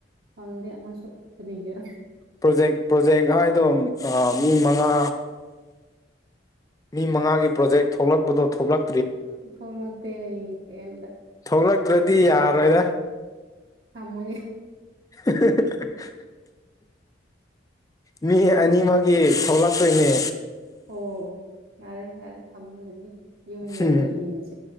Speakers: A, on the right; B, on the left.
A: ꯁꯪꯗꯦ ꯑꯃ ꯁꯣꯛ ꯀꯔꯤꯒ
B: ꯄ꯭ꯔꯣꯖꯦꯛ ꯄ꯭ꯔꯣꯖꯦꯛ ꯍꯥꯏꯗꯣ ꯃꯤ ꯃꯉꯥ ꯃꯤ ꯃꯉꯥꯒꯤ ꯄ꯭ꯔꯣꯖꯦꯛ ꯊꯣꯛꯂꯛꯄꯗꯣ ꯊꯣꯛꯂꯛ
A: ꯊꯣꯂꯛꯇꯦ ꯑꯩ ꯀꯌꯤꯝꯇꯥ
B: ꯊꯣꯛꯂꯛꯇ꯭ꯔꯗꯤ ꯌꯥꯔꯣꯏꯗ
A: ꯊꯝꯃꯥꯒꯦ
B: <unintelligible> ꯃꯤ ꯑꯅꯤꯃꯛꯀꯤ ꯊꯣꯛꯂꯛꯇꯣꯏꯅꯦ
A: ꯑꯣ ꯌꯥꯔꯦ ꯌꯥꯔꯦ ꯊꯝꯃꯅꯤ ꯌꯨꯝ ꯌꯧꯔꯒ
B: ꯎꯝ
A: ꯌꯦꯡꯉꯁꯤ